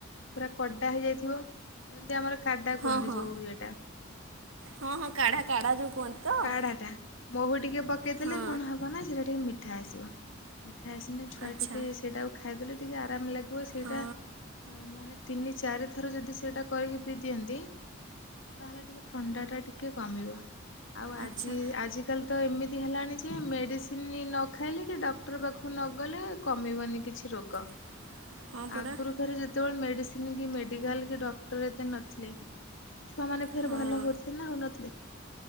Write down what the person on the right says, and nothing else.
ହଁ
ହଁ
ହଁ ହଁ କାଢା କାଢା ଯୋଉ କୁହନ୍ତି। ତ?
ହଁ
ଆଚ୍ଛା
ହଁ
ଆଚ୍ଛା
<inaudible> ପରା
ହଁ